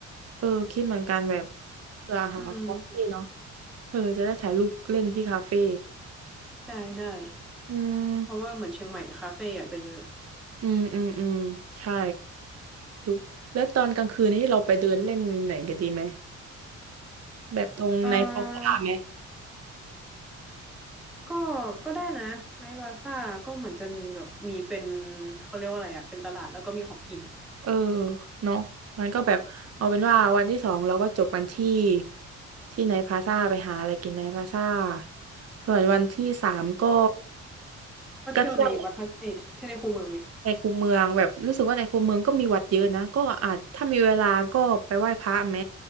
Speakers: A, on the right (about 55°); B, in the centre.
A: เออคิดเหมือนกันแบบเผื่อหาคาเฟ่เนาะ
B: อืม
A: เออจะได้ถ่ายรูปเล่นที่คาเฟ่
B: ได้ได้
A: อืม
B: เพราะว่าเหมือนเชียงใหม่คาเฟ่อาจจะเยอะ
A: อืมอืมอืมใช่ดูแล้วตอนกลางคืนนี้เราไปเดินเล่นไหนกันดีไหมแบบตรงในพลาซ่าไหม
B: อ่าก็ก็ได้นะในบาซ่าก็เหมือนจะมีแบบมีเป็นเขาเรียกว่าอะไรอะเป็นตลาดแล้วก็มีของกิน
A: เออเนาะงั้นก็แบบเอาเป็นว่าวันที่สองเราก็จบกันที่ที่ไนท์พลาซ่าไปหาอะไรกินไนท์พลาซ่าส่วนวันที่สามก็
B: ก็เที่ยวในวัดพระเอยเที่ยวในคูเมืองไหม
A: ก็เที่ยว ในคูเมืองแบบรู้สึกว่าในคูเมืองก็มีวัดเยอะนะก็อาจถ้ามีเวลาก็ไปไหว้พระไหม